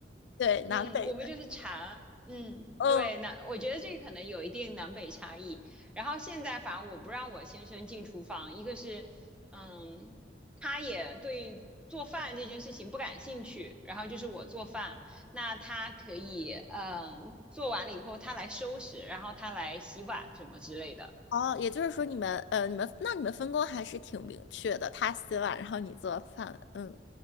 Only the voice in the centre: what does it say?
嗯，我们就是茶，嗯，
对，那我觉得这个可能有一定南北差异。然后现在反正我不让我先生进厨房，一个是，嗯，他也对做饭这件事情不感兴趣，然后就是我做饭，那他可以，嗯，做完了以后他来收拾，然后他来洗碗什么之类的。